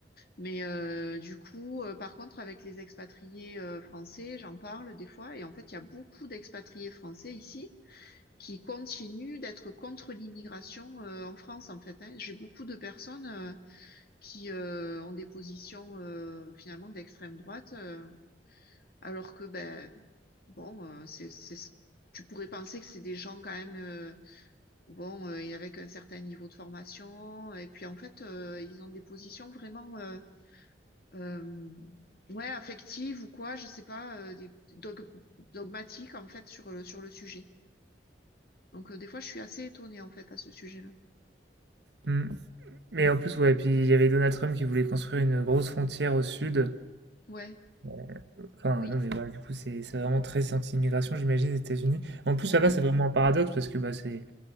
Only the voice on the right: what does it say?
Hmm. Mais en plus, ouais, puis il y avait Donald Trump qui voulait construire une grosse frontière au sud.
Euh, Enfin,
non, mais voilà, du coup, c'est c'est vraiment très anti-immigration, j'imagine, les États-Unis. En plus,
là-bas, c'est vraiment un paradoxe parce que bah, c'est,